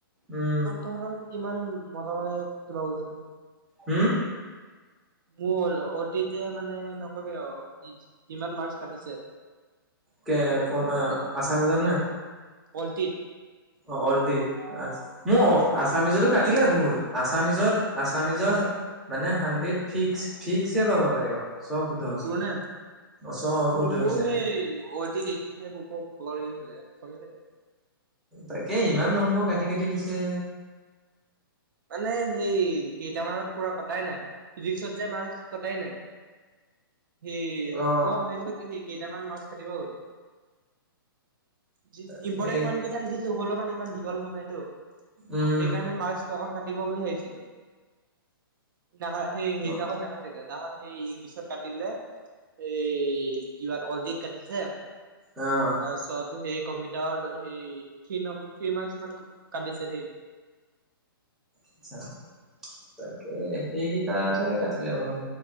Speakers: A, in the centre; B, on the right.
A: um
B: তহৰ কি কিমান মজা-মজা কিবা কৰিছিলি।
A: হম
B: মল তেতিয়া মানে নকবি আৰু ই কিমান মাৰ্ক কাটিছে।
A: কে আছামিজত নে?
B: পল্টিত।
A: অ' অলদ্বীপ, আ মোৰ
B: ৰচোন
A: আছামিজতো
B: বাৰু
A: কাটিলে
B: সেই
A: বহুত, আচা আছামিজত-আছামিজত মানে হানড্ৰেড ফিক্স-ফিক্সচে পাব লাগে আৰু। চব শুদ্ধ হৈছে
B: তোৰ নে,
A: চব শুদ্ধ
B: মোৰো
A: হৈছে
B: সেই অতি এইটি ফাইভ ওপৰত পাব লাগে। লে কমিলে গে।
A: তাকে ইমান নম্বৰ কাটি-কাটি দিছে।
B: মানে সেই, কেইটামানত পুৰা কটাই নাই ফিজিক্সত যে মাৰ্কচ কটাই নাই। এই
A: অ
B: মই ভাবিছো কি সেই কেইটামান মাৰ্কচ কাটিব বুলি। যি
A: তাকে
B: ইম্পৰ্টেণ্ট পইণ্ট কেইটা লিখি হ'লেও মানে ইমান দীঘল হোৱা নাইতো,
A: উম
B: সেইকাৰণে মাৰ্ক কাটিব বুলি ভাবিছিলো, নাকা সেই-সেইবিলাকত
A: অ
B: নাকাটিলে। তাহত সেই ইংলিছত কাটিলে, এই কিবাত অলতিত কাটিছে
A: আচ্ছা
B: তাৰছত সেই কম্পিউটাৰত, সেই থ্ৰী নম থ্ৰী মাৰ্কচ মান কাটিছে দেই।
A: আচ্ছা, তাকে সেইকেইটাত হে কাটিলে বাৰু।